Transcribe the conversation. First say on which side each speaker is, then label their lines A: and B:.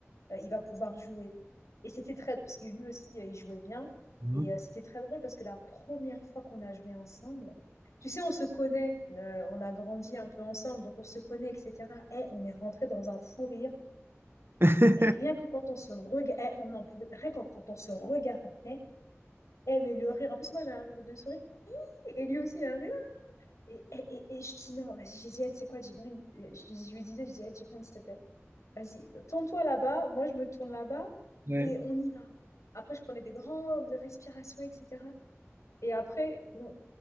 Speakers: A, on the left; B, on the right.
A: euh, il va pouvoir jouer. Et c'était très, parce que lui aussi, euh, il jouait bien.
B: Mhm.
A: Et euh, c'était très drôle parce que la première fois qu'on a joué ensemble, tu sais, on se connaît, euh, on a grandi un peu ensemble, donc on se connaît, etc. Et on est rentré dans un fou rire.
B: <laughs>
A: Rien que quand on se regardait, on en pouvait, rien que quand on se regardait, eh, mais le rire, en plus, moi, j'ai un rire de souris. Et lui aussi, il a un rire. Et, et, et, et je dis, non, vas-y, j'ai dit, Eh, tu sais quoi, Djibril, euh, je, lui- je lui disais, je dis, Eh, Djibril, s'il te plaît, Vas-y, tourne-toi là-bas, moi je me tourne là-bas
B: Ouais.
A: et on y va. Après, je prenais des grandes respirations, etc. Et après, on-